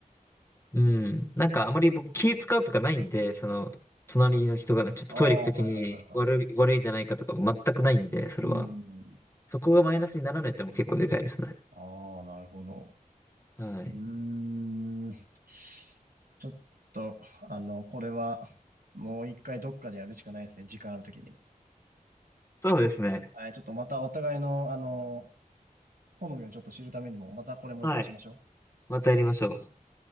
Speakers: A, on the left; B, on the right.
A: うん、なんかあまり僕気使うとかないんで、その、隣の人がねちょっとトイレ行くときに悪い、
B: ああ、はいはいはいはい。
A: 悪いんじゃないかとか全くないんで、それは。
B: うん。
A: そこがマイナスにならないってのも結構でかいですね。
B: ああ、なるほど。
A: はい。
B: うーん。ちょっと、あの、これは、もう一回どっかでやるしかないですね。時間あるときに。
A: そうですね。
B: はい、ちょっとまたお互いの、あの、好みをちょっと知るためにも、またこれもう一回しましょう。
A: はい。またやりましょう。